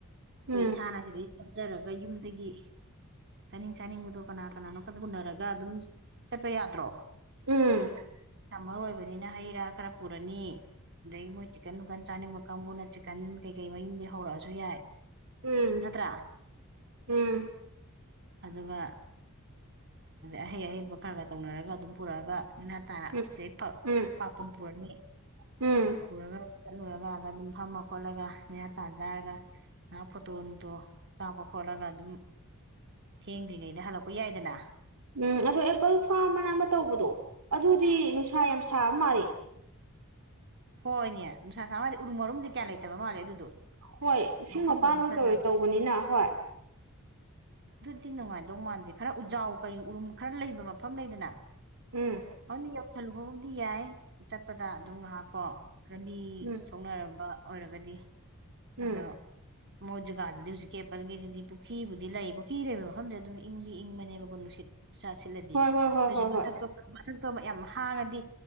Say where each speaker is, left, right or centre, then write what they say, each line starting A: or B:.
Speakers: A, on the right; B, on the right.
A: ꯎꯝ
B: ꯀꯣꯏ ꯏꯁꯥꯅꯥꯁꯤ ꯍꯥꯞꯆꯔꯒ ꯌꯨꯝꯗꯒꯤ ꯆꯥꯅꯤꯡ ꯆꯥꯅꯤꯡꯕꯗꯣ ꯀꯅꯥ ꯀꯅꯥꯅꯣ ꯈ ꯎꯅꯔꯒ ꯑꯗꯨꯝ ꯆꯠꯄ ꯌꯥꯗ꯭ꯔꯣ
A: ꯎꯝ
B: ꯁꯝꯃꯔ ꯑꯣꯏꯕꯅꯤꯅ ꯍꯩ ꯔꯥ ꯈꯔ ꯄꯨꯔꯅꯤ ꯑꯗꯒꯤ ꯃꯣꯏ ꯆꯤꯛꯀꯟ ꯅꯨꯡꯛꯀꯟ ꯆꯥꯅꯤꯡꯕ ꯀꯥꯡꯕꯨꯅꯠ ꯆꯤꯛꯀꯟ ꯀꯩꯀꯩ ꯃꯌꯨꯝꯗꯤ ꯍꯧꯔꯛꯑꯁꯨ ꯌꯥꯏ
A: ꯎꯝ
B: ꯅꯠꯇ꯭ꯔꯥ
A: ꯎꯝ
B: ꯑꯗꯨꯒ ꯑꯍꯩ ꯑꯍꯩꯕ ꯈꯔ ꯈꯔ ꯇꯧꯅꯔꯒ ꯑꯗꯨꯝ ꯄꯨꯔꯛꯑꯒ ꯉꯁꯥꯏ
A: ꯎꯝ ꯎꯝ
B: ꯄꯥꯛꯄꯝ ꯄꯨꯔꯅꯤ
A: ꯎꯝ
B: ꯄꯨꯔꯒ ꯆꯠꯂꯨꯔꯀꯗ ꯑꯗꯨꯝ ꯐꯝꯃ ꯈꯣꯠꯂꯒ ꯌꯥꯥꯊꯥ ꯆꯥꯔꯒ ꯉꯥꯏꯍꯥꯛ ꯐꯣꯇꯣ ꯅꯨꯡꯇꯣ ꯀꯥꯞꯄ ꯈꯣꯠꯂꯒ ꯑꯗꯨꯝ ꯊꯦꯡꯗ꯭ꯔꯤꯉꯩꯗ ꯍꯜꯂꯛꯄ ꯌꯥꯏꯗꯅ
A: ꯎꯝ ꯑꯗꯣ ꯑꯦꯄꯜ ꯐꯥꯔꯝ ꯑꯅ ꯑꯃ ꯇꯧꯕꯗꯣ ꯑꯗꯨꯗꯤ ꯅꯨꯡꯁꯥ ꯌꯥꯝ ꯁꯥꯕ ꯃꯥꯜꯂꯤ
B: ꯍꯣꯏꯅꯦ ꯅꯨꯡꯁꯥ ꯁꯥꯥꯝꯗꯤ ꯎꯔꯨ ꯃꯔꯨꯝꯗꯤ ꯀꯌꯥ ꯂꯩꯇꯕ ꯃꯥꯂꯦ ꯑꯗꯨꯗꯣ
A: ꯍꯣꯏ ꯏꯁꯤꯡ
B: ꯃꯐꯝꯗꯨꯗꯤ
A: ꯃꯄꯜ ꯑꯣꯏ
B: ꯐꯖꯕ
A: ꯀꯣꯏ ꯇꯧꯕꯅꯤꯅ ꯍꯣꯏ
B: ꯤ ꯅꯨꯡꯉꯥꯏꯗꯧ ꯃꯥꯟꯗꯦ ꯈꯔ ꯎꯖꯥꯎ ꯀꯔꯤ ꯎꯔꯨꯝ ꯈꯔ ꯂꯩꯕ ꯃꯐꯝ ꯂꯩꯗꯅ
A: ꯎꯝ
B: ꯑꯅꯤ ꯊꯂꯨꯕꯕꯨꯗꯤ ꯌꯥꯏ ꯆꯠꯄꯗ ꯑꯗꯨꯝ ꯉꯥꯏꯍꯥꯛ ꯀ ꯈꯕꯤ
A: ꯎꯝ
B: ꯁꯥꯎꯅꯔꯕ ꯑꯣꯏꯔꯒꯗꯤ
A: ꯎꯝ
B: ꯑꯗꯣ ꯃꯣꯏꯠ ꯖꯒꯥꯗꯨꯗꯤ ꯍꯧꯖꯤꯛꯀꯤꯦꯄꯜꯒꯤꯩꯗꯨꯗꯤ ꯄꯨꯈ꯭ꯨꯗꯤ ꯂꯩ ꯄꯨꯈ꯭ꯔꯤ ꯂꯩꯕ ꯃꯐꯝꯁ ꯑꯗꯨꯝ ꯏꯪꯗꯤ ꯏꯪꯕꯅꯦꯕꯀꯣ ꯅꯨꯡꯁꯤꯠ ꯆꯥ ꯁꯤꯜꯂꯗꯤ
A: ꯍꯣꯏ ꯍꯣꯏ ꯍꯣꯏ
B: ꯅꯣꯏꯁꯨ
A: ꯍꯣꯏ
B: ꯃꯊꯊ
A: ꯍꯣꯏ
B: ꯊꯥꯕꯥꯞ ꯌꯥꯝ ꯍꯥꯡꯉꯗꯤ